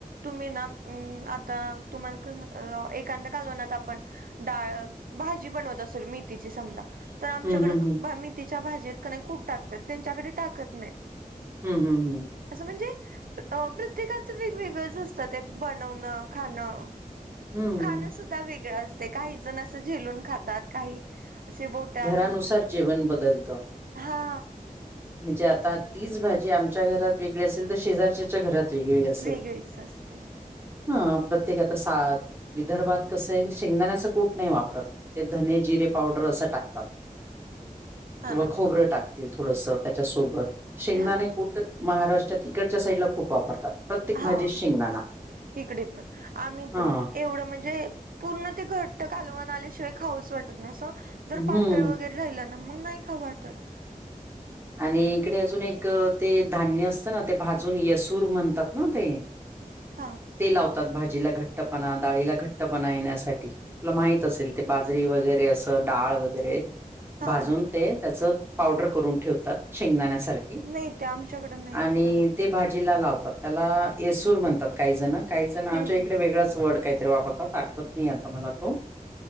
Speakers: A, on the right; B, on the right.
A: तुम्ही ना आता तुम्हाला एांदा घलवना आपण डाळ भाजी बनवत असेल मथीची समजा तर आमच्याकडे
B: हं, हं, हं,
A: तिच्या भाजेतत क कूट टाकतात त्यांच्याकडे टाकत नाहीत.
B: हम् हम्म हम
A: असं म्हणजे प्रत्येकाच वेगवेगळंच असतं ते बनवणं खाणं.
B: हं,
A: खाणं
B: हं.
A: सुद्धा वेगळं असते काही जण असं झेलून खातात काही असे बोटात
B: त्यानुसार जेवन बदलतं.
A: हा
B: म्हणजे आता तीच भाजी आमच्या घरात वेगळी असेल तर शेजारच्या घरात घरी
A: वेगळीच असते
B: हा प्रत्येक आता सा विदर्भात कसं आहे शेंगदाण्याच कूट नाही वापरत. ते धने जिरे पावडर असं टाकतात
A: हा
B: किंवा
A: ना
B: खोबरं टाकतात. थोडस त्याच्यासोबत शेंगदाणे
A: हा
B: कुट महाराष्ट्रात तिकडच्या साईड ला खूप वापरतात. प्रत्येक
A: हा
B: भाजीत शेंगदाणा
A: इकडे पण आम्ही
B: हा
A: पण एवढं म्हणजे पूर्ण ते घट्ट कालवन आल्याशिवाय खाऊच वाटत नाही अस जर
B: हम्म
A: पातळ वग राहिल ना मग नाही खाऊ वाटत.
B: आणि इकडे अजून एक ते धान्य असतं ना ते भाजून यसूर म्हणतात ना ते.
A: हां
B: ते लावतात भाजीला घट्टपणा डाळीला घट्टपणा येण्यासाठी. तुला माहित असेल ते बाजरी वगैरे असं डाळ वगैरे.
A: हा
B: भाजून
A: हा
B: ते त्याच पावडर करून ठेवतात शेंगदाण्यासारखे.
A: नाही ते आमच्याकडे नाहीत
B: आणि
A: करत
B: ते भाजीला लावतात. त्याला येसूर म्हणतात काही जण काही जण आमच्या
A: हम्म
B: इकडे
A: हम्म
B: वेगळाच वर्ड काहीतरी वापरतात आठवत नाही आता मला तो